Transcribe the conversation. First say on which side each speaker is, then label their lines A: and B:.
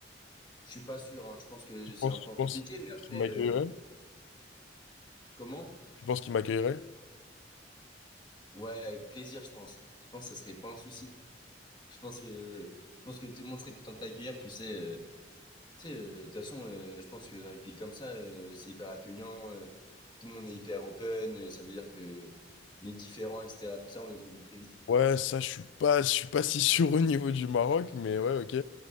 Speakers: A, on the left; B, on the left.
A: Je suis pas sûr, hein. Je pense que c'est
B: penses,
A: un plan
B: tu
A: compliqué,
B: penses
A: mais après,
B: qu'il m'accueillerait?
A: euh, comment?
B: Tu penses qu'il m'accueillerait?
A: Ouais, avec plaisir, je pense. Je pense que ce serait pas un souci. Je pense que, je pense que tout le monde serait content de t'accueillir, tu sais. euh, tu sais, euh, de toute façon, euh, je pense que dans les pays comme ça, euh, c'est hyper accueillant. euh, tout le monde est hyper open. euh, ça veut dire que les différents, etc., tout ça, on les oublie très vite.
B: Ouais, ça, je suis pas, je suis pas <laughs> si sûr au niveau du Maroc, mais ouais, ok.